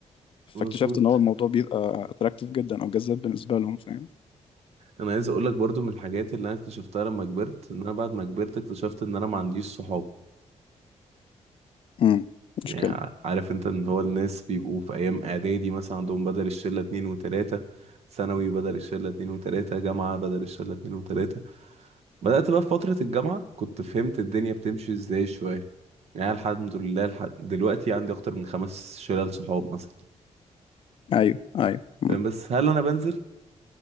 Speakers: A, on the left; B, on the right.
A: فاكتشفت
B: مظبوط
A: ان هو الموضوع بيبقى اتراكتيف جدا او جذاب بالنسبه لهم فاهم
B: انا عايز اقول لك برضو من الحاجات اللي انا اكتشفتها لما كبرت ان انا بعد ما كبرت اكتشفت ان انا ما عنديش صحاب
A: امم
B: يعني
A: مشكله
B: عارف انت ان هو الناس بيبقوا في ايام اعدادي مثلا عندهم بدل الشله اتنين وتلاته ثانوي بدل الشله اتنين وتلاته جامعه بدل الشله اتنين وتلاته بدأت بقى في فترة الجامعة كنت فهمت الدنيا بتمشي ازاي شوية يعني الحمد لله الح... دلوقتي عندي أكتر من خمس شلال صحاب مثلا
A: ايوه ايوه امم
B: فاهم؟ بس هل أنا بنزل؟